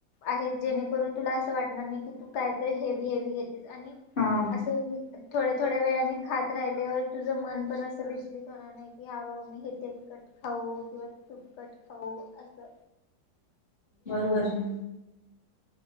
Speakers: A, on the left (about 70°); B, on the left (about 35°).
A: आहेत जेणेकरून तुला असं वाटणार नाही की तू कायतरी हेवी हेवी घेतेस आणि
B: हां
A: असं थोड्या थोड्या वेळाने खात राहिल्यावर तुझं मन पण असं विचलित होणार. नाही की हा बाबा मी हे तेल कट खाऊ किंवा तूप कट खाऊ असं.
B: बरोबर आहे.